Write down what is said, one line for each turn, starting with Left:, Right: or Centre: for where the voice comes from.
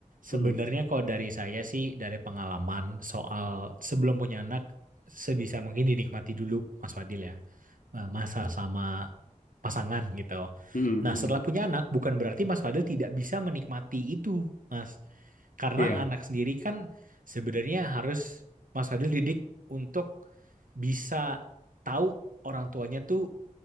Left: Hmm.
Right: Sebenarnya kalau dari saya sih, dari pengalaman soal sebelum punya anak, sebisa mungkin dinikmati dulu, Mas Fadil ya. Eh, Masa sama pasangan gitu.
Left: Hmm,
Right: Nah,
Left: hmm.
Right: setelah punya anak, bukan berarti Mas Fadil tidak bisa menikmati itu, Mas. Karena
Left: Iya.
Right: anak sendiri kan sebenarnya harus Mas Fadil didik untuk bisa tahu orang tuanya tuh